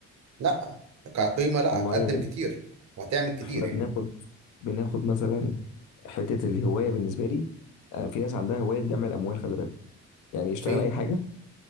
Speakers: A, on the right; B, on the left.
A: لا كقيمه لا
B: والله
A: هتقدم
B: يا-
A: كتير وهتعمل كتير
B: احنا
A: يعني
B: بناخد بناخد مثلا حته الهوايه بالنسبه لي آه، في ناس عندها هوايه جمع الاموال خلي بالك يعني يشتغل
A: في
B: اي حاجه